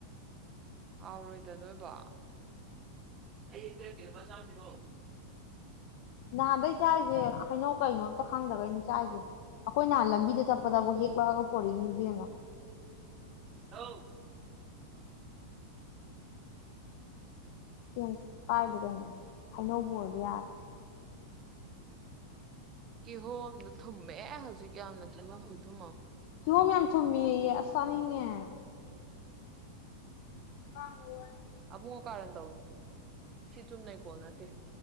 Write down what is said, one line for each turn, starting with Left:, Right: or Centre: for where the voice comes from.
Right: ꯍꯥꯎꯔꯣꯏꯗ ꯅꯣꯏꯕ ꯑꯩꯆꯥ ꯄꯔꯣꯑꯣ
Left: ꯅꯍꯥꯟꯗꯩ ꯆꯥꯔꯤꯁꯦ ꯍꯩꯅꯧ ꯀꯩꯅꯣ ꯑꯝꯇ ꯈꯪꯗꯒꯩꯅꯤ ꯆꯥꯔꯤꯁꯦ ꯑꯩꯈꯣꯏ ꯅꯍꯥꯟ ꯂꯝꯕꯤꯗ ꯆꯠꯄꯗꯕꯨ ꯍꯦꯛꯂꯛꯑꯒ ꯄꯣꯔꯛꯏꯅꯤ ꯏꯕꯦꯝꯃ
Right: ꯊ
Left: ꯀ ꯄꯥꯏꯗ ꯑꯩꯥꯏꯅꯣꯕꯨꯔꯗꯤꯦꯦ
Right: ꯀꯤꯍꯣꯝꯅ ꯊꯨꯝꯃꯦ ꯍꯧꯖꯤꯛ ꯌꯥꯝꯅ ꯅꯥ ꯀꯊ
Left: ꯀꯤꯍꯣꯝ ꯌꯥꯝ ꯊꯨꯝꯃꯦꯌꯦ ꯑꯁ ꯆꯥꯅꯤꯡꯉꯦ ꯀꯉ ꯋꯥꯅꯤ
Right: ꯑꯕꯨꯨ ꯀ ꯀꯥꯔꯦꯟ ꯇꯧꯅꯣ ꯁꯤ ꯆꯨꯝ ꯅ ꯀꯣꯜ ꯅꯠꯇꯦ